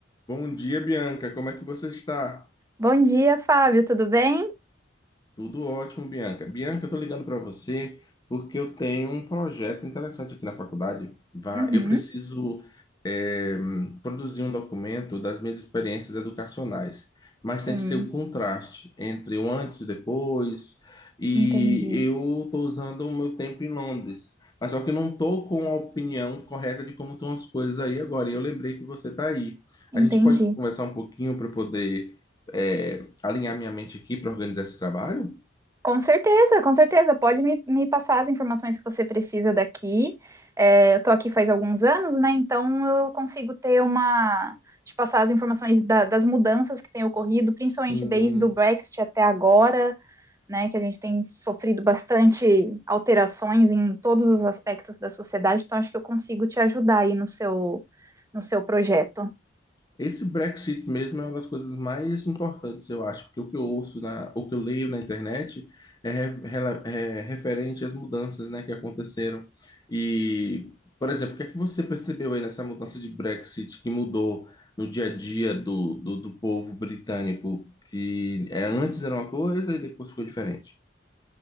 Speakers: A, on the left (about 20°); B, on the right (about 15°).
A: Bom dia, Bianca. Como é que você está?
B: Bom dia, Fábio, tudo bem?
A: Tudo ótimo, Bianca. Bianca, eu estou ligando para você porque eu tenho um projeto interessante aqui na faculdade. Vá,
B: Uhum,
A: eu preciso eh, produzir um documento das minhas experiências educacionais, mas
B: sim,
A: tem que ser o contraste entre o antes e depois. E
B: entendi.
A: eu estou usando o meu tempo em Londres, mas só que eu não estou com a opinião correta de como estão as coisas aí agora. E eu lembrei que você está aí.
B: Entendi.
A: A gente pode conversar um pouquinho para poder é, alinhar minha mente aqui para organizar esse trabalho?
B: Com certeza, com certeza. Pode me, me passar as informações que você precisa daqui. É, eu tô aqui faz alguns anos, né? Então eu consigo ter uma. te passar as informações da- das mudanças que têm ocorrido, principalmente
A: Sim.
B: desde o Brexit até agora, né? Que a gente tem sofrido bastante alterações em todos os aspectos da sociedade. Então acho que eu consigo te ajudar aí no seu, no seu projeto.
A: Esse Brexit mesmo é uma das coisas mais importantes, eu acho, porque o que eu ouço, na, o que eu leio na internet é, re- rela- é referente às mudanças, né, que aconteceram. E, por exemplo, o que é que você percebeu aí nessa mudança de Brexit que mudou no dia a dia do, do, do povo britânico, que é, antes era uma coisa e depois ficou diferente?